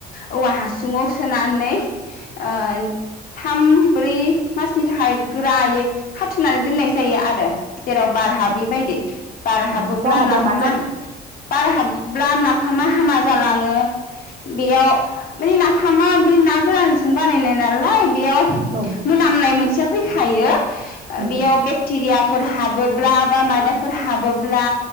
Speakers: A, on the left; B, on the right.
A: औवा हासुङाव सोनानै ओ थाम ब्रै मासनि थाखाय गोरायै खाथुमनानै दोननाय जायो आरो। जेराव बार हाबि
B: नंगौ
A: बायदि बार हाबोब्ला
B: औ बाराबा
A: नाफामा
B: मा जागोन
A: बार हाब ब्ला नाफामा हामा जालाङो। बेयाव माने नाफामा बे ना गोरानजों बानायनाय नालाय बेयाव
B: औ
A: मोनामनाय मोनसेया फैय खायो। ओ
B: नंगौ
A: बेयाव बेक्टेरिया फोर हाबोब्ला बा माबाफोर हाबोब्ला